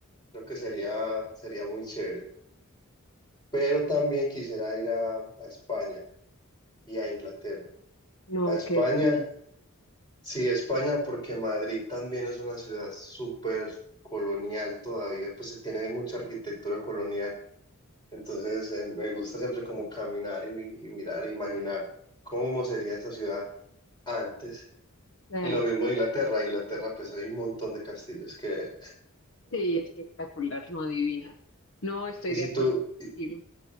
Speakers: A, on the left; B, on the left.
A: creo que sería, sería muy chévere. Pero también quisiera ir a a España y a Inglaterra.
B: no,
A: A España,
B: qué delicia.
A: sí, España, porque Madrid también es una ciudad súper colonial todavía, pues se tiene mucha arquitectura colonial. Entonces, eh, me gusta siempre como caminar y, mi- y mirar, e imaginar cómo sería esa ciudad antes.
B: Claro.
A: Y lo mismo Inglaterra, Inglaterra, pues hay un montón de castillos que ver.
B: Sí, espectacular, no adivina. No, estoy
A: Y
B: de
A: si
B: acuerdo
A: tú,
B: contigo.
A: y,